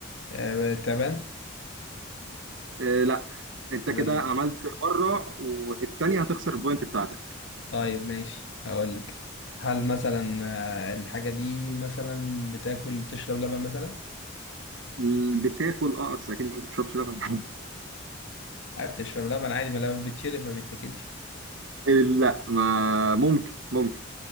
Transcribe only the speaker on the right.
إيه، لا انت كده
عملت مره والتانيه هتخسر البوينت بتاعتك
ال- بتاكل اه بس اكيد ما بتشربش لبن
<laughs> لا ما ممكن ممكن